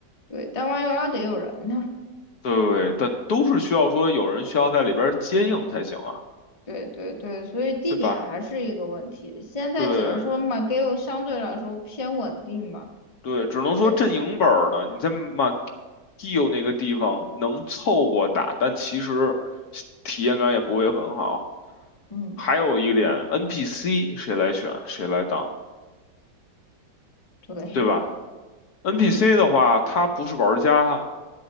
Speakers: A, on the left (about 25°); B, on the left (about 65°).
A: 对，但弯 u L 得有人呐。
B: 对，但都是需要说有人需要在里边儿接应才行啊，
A: 对对对，所以地点还是一个问题。
B: 对吧？
A: 现在只能说嘛
B: 对
A: a g a l 相对来说偏稳定吧。
B: 对，只能说阵营本儿呢，
A: 对，
B: 你在马基有那个地方能凑合打，但其实体验感也不会很好。
A: 嗯，
B: 还有一点，NPC 谁来选谁来当，
A: 对，
B: 对吧？NPC
A: 嗯
B: 的话，他不是玩家，